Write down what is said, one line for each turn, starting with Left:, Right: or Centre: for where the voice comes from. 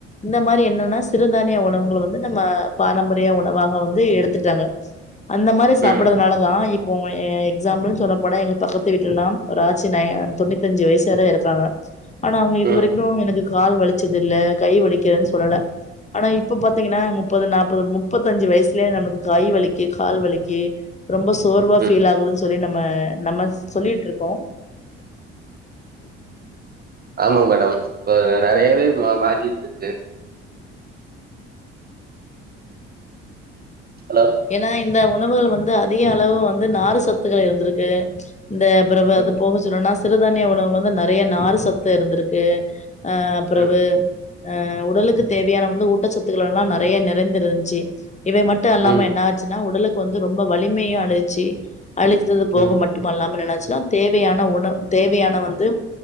Left: இந்த மாரி என்னன்னா சிறுதானிய உணவுங்க வந்து நம்ம பாரம்பரிய உணவாக வந்து எடுத்துட்டாங்க அந்த மாரி சாப்புடனாலதா
Right: ம் ம்
Left: இப்போ எக்ஸாம்பிள்ன் சொல்ல போனா எங்க பக்கத்து வீட்டுலல்லா ஒரு ஆச்சி நய தொண்ணூத்தி அஞ்சி வயசு வர இருக்காங்க ஆனா அவங்க இது
Right: ம் ம்
Left: வரைக்கு எனக்கு கால் வலிச்சது இல்ல கை வலிக்கிறேன்னு சொல்லல ஆனா இப்ப பாத்தீங்கன்னா முப்பது நாப்பது முப் பத்தஞ்சு வயசுலயே நமக்கு கை வலிக்கு கால் வலிக்கு ரொம்ப சோர்வாக
Right: ம் ம்
Left: ஃபீல் ஆகுது தோழி நம்ம நம்ம சொல்லிட்ருக்கோ
Right: ஆமா மேடம் இப்ப நெறையவே மா மாரிட்ருக்கு ஹலோ
Left: ஏன்னா இந்த உணவுகள் வந்து அதிக அளவு வந்து நாறு சத்துக்கள் இருந்துருக்கு இந்த பிறவு
Right: ம்
Left: அது போக சொல்லும்னா சிறுதானிய உணவுல வந்து நெறைய நார் சத்து இருந்திருக்கு அ பிறவு
Right: ம்
Left: அ உடலுக்கு தேவையான வந்து ஊட்டச்சத்துக்கள் எல்லா நெறைய நெறஞ்சிருந்துச்சி இவை மட்டு அல்லாம
Right: ம்
Left: என்ன ஆச்சுன்னா உடலுக்கு வந்து ரொம்ப வலிமை அழிச்சு அழித்தது போக
Right: ம் ம்
Left: மட்டும் அல்லாம எனாசுன்னா தேவையான உணவு தேவையான வந்து